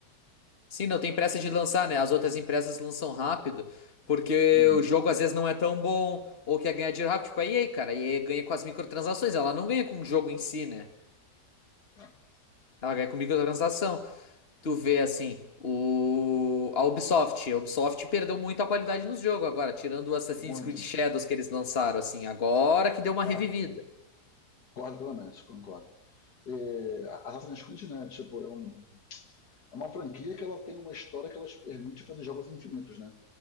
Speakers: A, on the left (about 35°); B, on the left (about 70°).
A: Sim, não tem pressa de lançar, né? As outras empresas lançam rápido, porque
B: Uhum.
A: o jogo às vezes não é tão bom, ou quer ganhar dinheiro rápido. Tipo, a EA, cara, a EA ganha com as microtransações, ela não ganha com o jogo em si, né?
B: É.
A: Ela ganha com microtransação. Tu vê, assim, o... a Ubisoft. A Ubisoft perdeu muito a qualidade nos jogos agora, tirando o Assassin's
B: Muito.
A: Creed Shadows que eles lançaram, assim, agora que deu uma
B: É.
A: revivida.
B: Concordo plenamente, concordo. É, Assassin's Creed, né? Tipo, é, um, é uma franquia que ela tem uma história que ela te permite fazer jogos infinitos, né?